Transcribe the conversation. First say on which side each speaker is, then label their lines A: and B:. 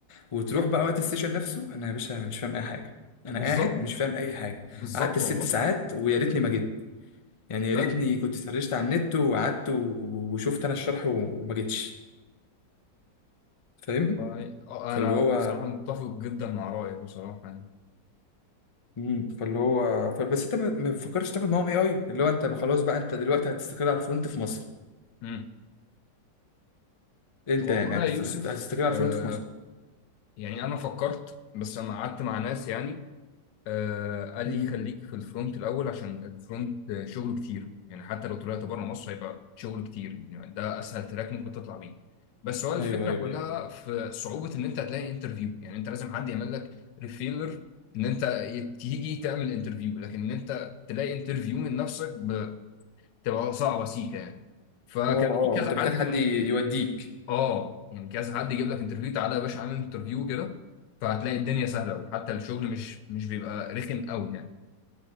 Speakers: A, on the left; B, on the left.
A: وتروح بقى وقت السيشن نفسه انا يا باشا مش فاهم اي حاجه انا
B: بالظبط
A: قاعد مش فاهم اي حاجه
B: بالظبط
A: قعدت الست
B: والله
A: ساعات ويا ريتني ما جيت يعني يا
B: فعلا
A: ريتني كنت سرشت على النت وقعدت و- وشفت انا الشرح و- وما جيتش فاهم
B: يعني آه،
A: فاللي
B: انا
A: هو
B: بصراحه متفق جدا مع رايك بصراحه يعني
A: مم. فاللي هو ف... بس انت ما ما بتفكرش تاخد معاهم اي اي اللي هو انت ب- خلاص بقى انت دلوقتي هتستقر على الفرونت في مصر
B: امم
A: انت
B: والله
A: يعني هت...
B: يا يوسف
A: هت- هتستقر على
B: آه
A: الفرونت في مصر
B: يعني انا فكرت بس لما قعدت مع ناس يعني آه قال
A: مم.
B: لي خليك في الفرونت الاول عشان الفرونت شغله كتير يعني حتى لو طلعت بره مصر هيبقى شغل كتير يعني ده اسهل تراك ممكن تطلع بيه بس هو الفكره
A: ايوه ايوه
B: كلها
A: ايوه
B: في صعوبه ان انت تلاقي انترفيو يعني انت لازم حد يعمل لك ريفيلر ان انت تيجي تعمل انترفيو لكن ان انت تلاقي انترفيو من نفسك بتبقى صعبه سيكه يعني فكان
A: اه اه
B: في كذا
A: أه. انت محتاج
B: حد
A: حد
B: من
A: ي- يوديك
B: اه يعني كذا حد يجيب لك انترفيو تعالى يا باشا اعمل انترفيو كده فهتلاقي الدنيا سهله وحتى الشغل مش مش بيبقى رخم قوي يعني